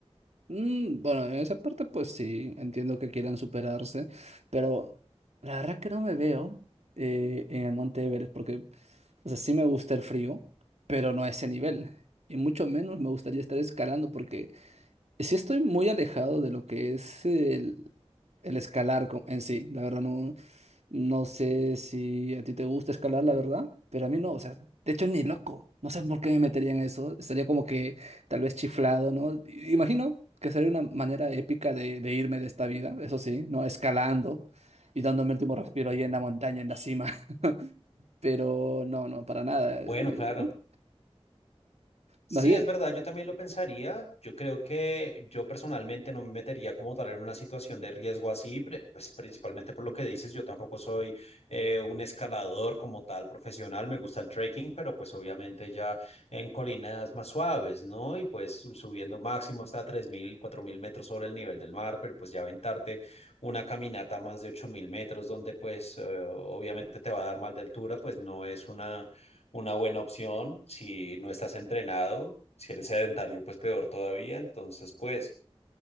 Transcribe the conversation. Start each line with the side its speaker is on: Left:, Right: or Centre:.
Right: mm, bueno, en esa parte pues sí, entiendo que quieran superarse, pero la verdad que no me veo eh, en el monte Everest porque, o sea, sí me gusta el frío, pero no a ese nivel. Y mucho menos me gustaría estar escalando porque... Sí estoy muy alejado de lo que es el, el escalar co- en sí. La verdad no, no sé si a ti te gusta escalar, la verdad, pero a mí no. O sea, de hecho ni loco. No sé por qué me metería en eso. Estaría como que tal vez chiflado, ¿no? I- Imagino que sería una manera épica de, de irme de esta vida, eso sí, ¿no? Escalando y dándome el último respiro ahí en la montaña, en la cima. <laughs> Pero no, no, para nada.
Left: Bueno,
Right: Eh,
Left: claro.
Right: Más
Left: Sí,
Right: bien.
Left: es verdad, yo también lo pensaría. Yo creo que yo personalmente no me metería como tal en una situación de riesgo así, pre- pues principalmente por lo que dices, yo tampoco soy eh, un escalador como tal profesional, me gusta el trekking, pero pues obviamente ya en colinas más suaves, ¿no? Y pues su- subiendo máximo hasta tres mil, cuatro mil metros sobre el nivel del mar, pero pues ya aventarte una caminata a más de 8.000 metros donde pues eh, obviamente te va a dar mal de altura, pues no es una una buena opción. Si no estás entrenado, si eres sedentario, pues peor todavía. Entonces, pues